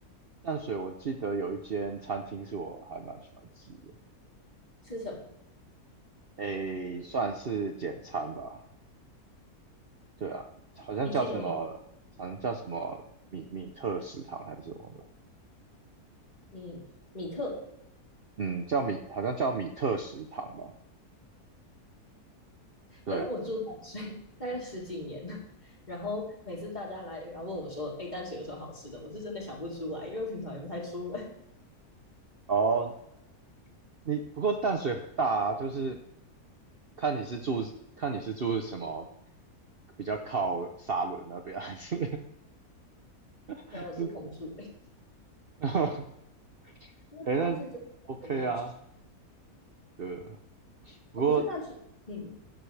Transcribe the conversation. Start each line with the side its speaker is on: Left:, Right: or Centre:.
Right: 淡水我记得有一间餐厅是我还蛮喜欢吃的，
Left: 是什么？
Right: 诶，算是简餐吧，对啊，好像叫什么，
Left: 你记得米
Right: 好像叫什么米米特食堂还是什么的，
Left: 米米特？
Right: 嗯，叫米，好像叫米特食堂吧，对，
Left: 因为我住淡水大概十几年了，然后每次大家来，然后问我说：“哎，淡水有什么好吃的？”我是真的想不出来，因为我平常也不太出门。
Right: 哦，你不过淡水很大啊，就是看你是住，看你是住什么，比较靠沙仑那边还是
Left: <laughs> 然后我住同住诶，
Right: <laughs> 这，<laughs>
Left: <laughs> 那倒是真的完没有吃
Right: 哎，那 OK 啊，对啊，不过。
Left: 哦。可是淡水，嗯，